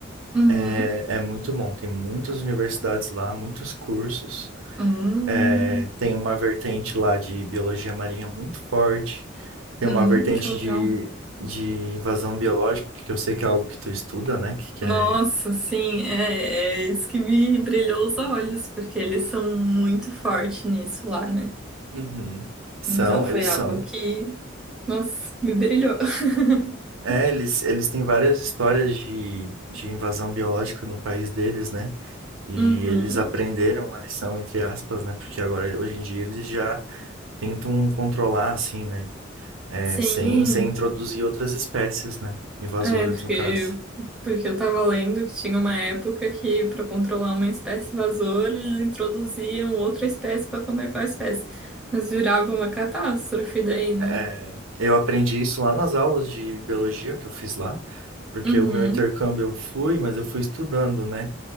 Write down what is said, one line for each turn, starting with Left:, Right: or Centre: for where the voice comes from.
Centre: uhum,
Right: É, é muito bom, tem muitas universidades lá, muitos cursos.
Centre: hum,
Right: Eh, tem uma vertente lá de biologia marinha muito forte, tem
Centre: hum,
Right: uma vertente
Centre: que legal.
Right: de, de invasão biológica, que eu sei que é algo que tu estuda, né? Que, que é.
Centre: Nossa, sim, é, é isso que me brilhou os olhos, porque eles são muito fortes nisso lá, né?
Right: Uhum. São,
Centre: Então foi
Right: eles
Centre: algo
Right: são.
Centre: que, nossa, me brilhou. <laughs>
Right: É, eles, eles têm várias histórias de, de invasão biológica no país deles, né? E
Centre: Uhum,
Right: eles aprenderam a lição, entre aspas, né? Porque agora, hoje em dia, eles já tentam controlar, assim, né? É,
Centre: Sim.
Right: sem, sem introduzir outras espécies, né? Invasoras,
Centre: É, porque,
Right: no caso.
Centre: porque eu tava lendo que tinha uma época que, para controlar uma espécie invasora, eles introduziam outra espécie para comer aquela espécie. Mas virava uma catástrofe daí, né?
Right: É, eu aprendi isso lá nas aulas de biologia que eu fiz lá, porque
Centre: Uhum,
Right: o meu intercâmbio eu fui, mas eu fui estudando, né?